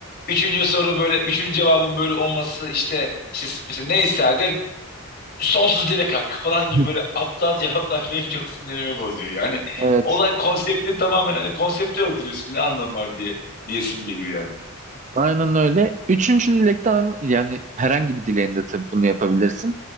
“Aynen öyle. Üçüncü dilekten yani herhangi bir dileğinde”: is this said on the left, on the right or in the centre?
Right